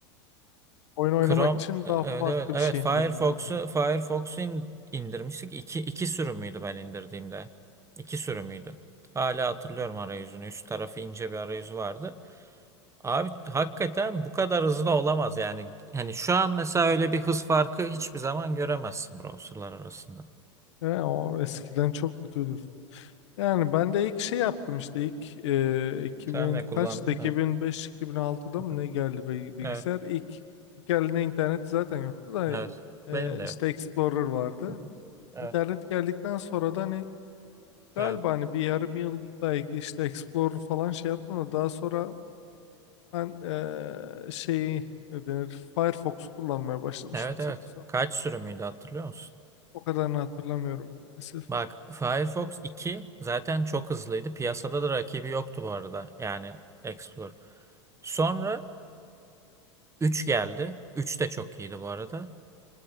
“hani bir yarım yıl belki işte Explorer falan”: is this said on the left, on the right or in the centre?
Left